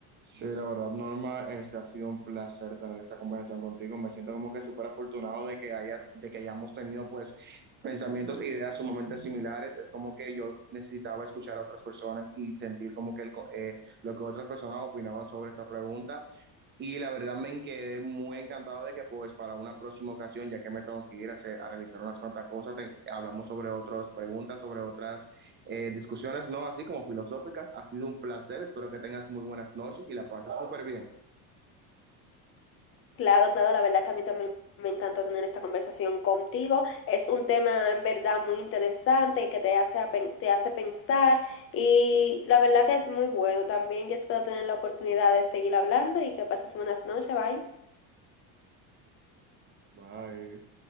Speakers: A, on the right; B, on the left.
A: Sí, la verdad, Norma, este ha sido un placer tener esta conversación contigo. Me siento como que súper afortunado de que haya, de que hayamos tenido pues pensamientos e ideas sumamente similares. Es como que yo necesitaba escuchar a otras personas y sentir como que el co- eh, lo que otras personas opinaban sobre esta pregunta. Y la verdad me quedé muy encantado de que pues para una próxima ocasión, ya que me tengo que ir a, hacer, a realizar unas cuantas cosas, te- hablamos sobre otras preguntas, sobre otras eh, discusiones, no así como filosóficas. Ha sido un placer, espero que tengas muy buenas noches y la pases súper bien.
B: Claro, claro, la verdad que a mí también me encantó tener esta conversación contigo. Es un tema en verdad muy interesante y que te hace, a pen- te hace pensar y la verdad que es muy bueno también. Yo espero tener la oportunidad de seguir hablando y que pases buenas noches. Bye.
A: Bye.